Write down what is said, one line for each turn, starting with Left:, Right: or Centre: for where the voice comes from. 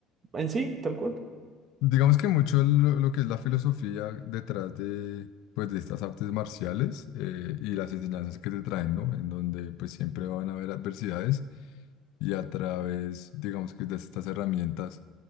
Right: en sí, tal cual.
Left: Digamos que mucho lo, lo que es la filosofía detrás de, pues, de estas artes marciales eh, y las enseñanzas que te traen, ¿no? En donde pues siempre van a haber adversidades y a través, digamos que de estas herramientas,